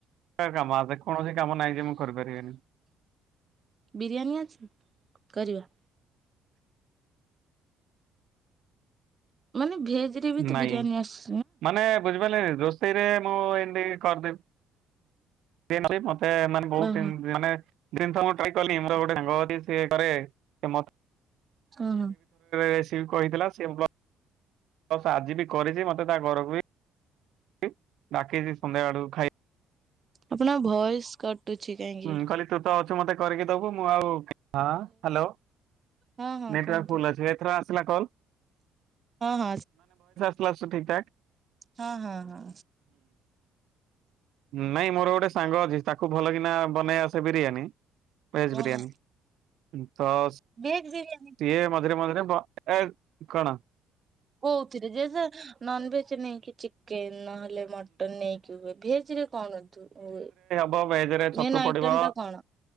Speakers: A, on the right; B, on the right.
A: କାମ ଆସେ, କୌଣସି କାମ ନାହିଁ ଯେ ମୁଁ କରିପାରିବିନି।
B: ବିରିୟାନୀ ଅଛି? ଯିବା। ମାନ ଭେଜ ରେ ବି ତ
A: ନାଇଁ
B: ବିରିୟାନୀ ଆସ
A: ମାନେ ବୁଝିପାରିଲେ, ରୋଷେଇରେ ମୁଁ ଏମିତି କରି ସେ ମତେ ମାନେ ବୋହୁତ
B: ଓହୋ
A: ମାନେ ଜିନିଷ ମୁଁ କଲି ମୋର ଗୋଟେ ସାଙ୍ଗ ଅଛି ସେ କରେ ଘରେ
B: ହଁ ହଁ।
A: <unintelligible> ସେ ବ୍ଲ ଆଜି ବି କରିଚି, ମତେ ତା ଘରକୁ ବି ଡାକିଚି ସନ୍ଧ୍ୟାବେଳକୁ ଖାଇ
B: ଆପଣ ଭଏସ କଟୁଚି କାହିଁକି।
A: ହୁଁ କହିଲି ତୁ ତ ଅଛୁ ମତେ କରିକି ଦବୁ, ମୁଁ ଆଉ ହଁ, ହ୍ୟାଲୋ
B: ହଁ ହଁ
A: ନେଟୱାର୍କ
B: କୁହନ୍ତୁ
A: ଫୁଲ୍ ଅଛି ଏଥର ଆସିଲା କଲ୍।
B: ହଁ।
A: କ୍ଲାସର ଠିକଠାକ।
B: ହଁ ହଁ ହଁ।
A: ନାଇଁ ମୋର ଗୋଟେ ସାଙ୍ଗ ଅଛି, ତାକୁ ଭଲ କିିନା ବନେଇ ଆସେ ବିରିୟାନୀ ଭେଜ
B: ଓହୋ
A: ବିରିୟାନୀ। ପ୍ତଶ
B: ଭେଜ ଵିରିୟାନୀ।
A: ସିଏ ମଝିରେ ମଝିରେ ବ ଏ କଣ?
B: କୋଉଥିରେ ଯେ ସେ ନନଭେଜ ନେଇକି ଚିକେନ ନହେଲେ। ମଟନ ନେଇକି ହୁଏ ଭେଜ ରେ କରନ୍ତୁ ହୁଏ।
A: କୋଉ ଭେଜରେ ଛତୁ
B: ମେନ୍ ଆଇଟମ
A: ପଡିବ,
B: ଟା କଣ